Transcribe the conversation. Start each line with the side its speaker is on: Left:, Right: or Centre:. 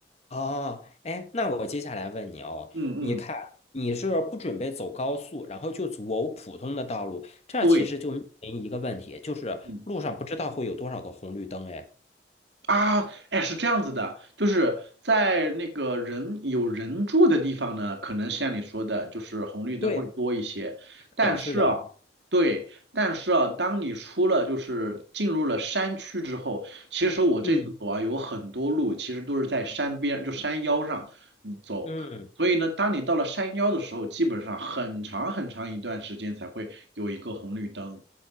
Left: 哦，哎，那我接下来问你哦，
Right: 嗯嗯，
Left: 你看你是不准备走高速，然后就走普通的道路，这其实就面临一个问题，
Right: 对，
Left: 就是路上不知道会有多少个红绿灯，
Right: 嗯。
Left: 哎，
Right: 啊，哎，是这样子的，就是在那个人有人住的地方呢，可能像你说的，就是红绿灯会多一些。
Left: 对，
Right: 但是啊，
Left: 是的，是的，
Right: 对，但是啊，当你出了就是进入了山区之后，其实我这次走啊，
Left: 嗯
Right: 有很多路其实都是在山边，就山腰上嗯走。
Left: 嗯，
Right: 所以呢，当你到了山腰的时候，基本上很长很长一段时间才会有一个红绿灯。